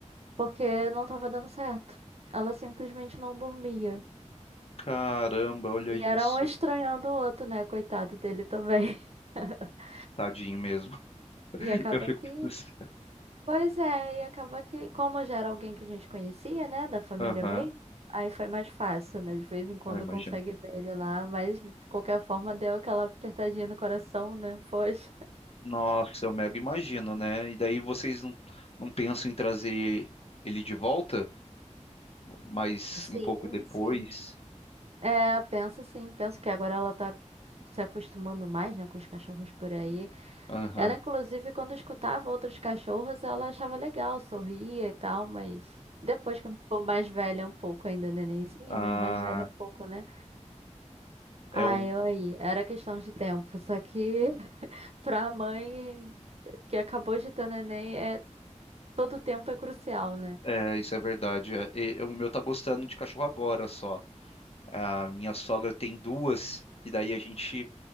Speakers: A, on the right; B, on the left.
A: porque não tava dando certo. Ela simplesmente não dormia.
B: Caramba, olha
A: E
B: isso.
A: era um estranhando o outro, né, coitado dele também. <laughs>
B: Tadinho mesmo. <laughs>
A: E acaba
B: Eu fico
A: que
B: pensando.
A: Pois é, e acaba que, como já era alguém que a gente conhecia, né, da família
B: Aham,
A: mesmo, aí foi mais fácil, né? De vez em quando
B: ah, imagino.
A: consegue ver ele lá, mas de qualquer forma deu aquela apertadinha no coração, né? Poxa.
B: Nossa, eu mega imagino, né? E daí vocês não, não pensam em trazer ele de volta, mas
A: Sim,
B: um pouco depois.
A: sim. É, penso sim, penso que agora ela tá se acostumando mais, né, com os cachorros por aí.
B: Aham.
A: Ela, inclusive, quando escutava outros cachorros, ela achava legal, sorria e tal, mas depois, quando ficou mais velha um pouco, ainda nenenzinha,
B: Ah,
A: mas mais velha um pouco, né? Ah,
B: é um,
A: eu aí. Era questão de tempo. Só que <laughs> pra mãe que acabou de ter neném, é, todo tempo é crucial, né?
B: é, isso é verdade. É, e- o meu tá gostando de cachorro agora só. A minha sogra tem duas, e daí a gente